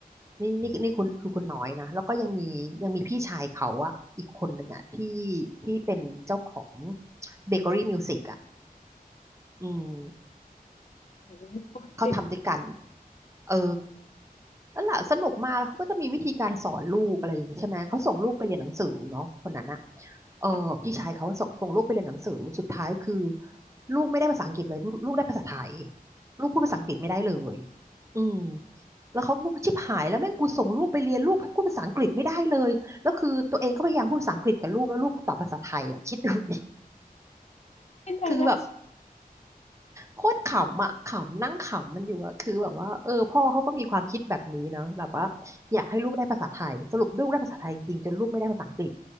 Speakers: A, on the right (about 20°); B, on the left (about 45°).
A: นี่นี่นี่คุณคือคุณน้อยนะแล้วก็ยังมียังมีพี่ชายเขาอะอีกคนหนึ่งอะที่ที่เป็นเจ้าของเบเกอรี่มิวสิกอะอืม
B: โอ้โหติด
A: เขาทำด้วยกันเออนั่นแหละสนุกมากแล้วเขาก็จะมีวิธีการสอนลูกอะไรอย่างนี้ใช่ไหมเขาส่งลูกไปเรียนหนังสือเนาะคนนั้นอะเออพี่ชายเขาส่งส่งลูกไปเรียนหนังสือสุดท้ายคือ
B: ค่ะ
A: ลูกไม่ได้ภาษาอังกฤษเลยลูกลูกได้ภาษาไทยลูกพูดภาษาอังกฤษไม่ได้เลยอืมแล้วเขาก็บอกว่าชิบหายแล้วแม่งกูส่งลูกไปเรียนลูกพูดภาษาอังกฤษไม่ได้เลยแล้วคือตัวเองก็พยายามพูดภาษาอังกฤษกับลูกแล้วลูกตอบภาษาไทยอ่ะคิดดูดิ
B: เป็นไงนะ
A: คือแบบ โคตรขำอ่ะขำนั่งขำมันอยู่อ่ะคือแบบว่าเออพ่อเขาก็มีความคิดแบบนี้เนาะแบบว่าอยากให้ลูกได้ภาษาไทยสรุปลูกได้ภาษาไทยจริงๆจนลูกไม่ได้ภาษาอังกฤษ